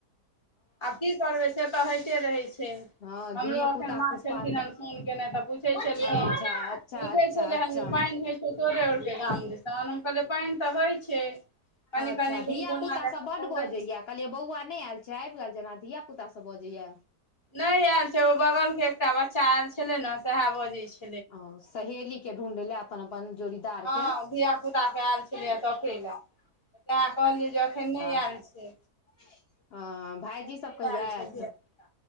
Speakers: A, on the left; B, on the left.
A: आब की करबै से तऽ हइते रहै छै
B: हँ
A: हमरो
B: धिय
A: एखन
B: पुता
A: माँ
B: कुपात्र
A: छलखिन हन फोन केने तऽ पूछै छलखिन
B: अच्छा अच्छा
A: पूछै
B: अच्छा
A: छलै
B: अच्छा
A: हे जे पाइन होइत छौ तोरे अर केँ गाम दिसन हम कहलिए पाइन तऽ होइ छै कनि
B: अच्छा
A: कनि गुनगुना
B: धिया पुता
A: जकाँ
B: सब बड
A: पड़ै
B: बजै
A: छै
B: या कहलियै बौआ नै एल छै आइब गेल जेना धिया पुता सब बजै या
A: नै ऐल छै ओ बगल केँ एकटा बच्चा ऐल छलै न सेहै बजै छै
B: ओ सहेली केँ ढूँढै ले अपन अपन जोड़ी तार
A: हँ
B: केँ
A: धियापुताके आयल छलैए तकय लए तैँ कहलियै जे एखन नहि आयल
B: <unintelligible>
A: छै
B: <unintelligible>
A: एखन
B: भाईजी
A: नहि
B: सब कहिया
A: आयल छै
B: आयत
A: धियापुता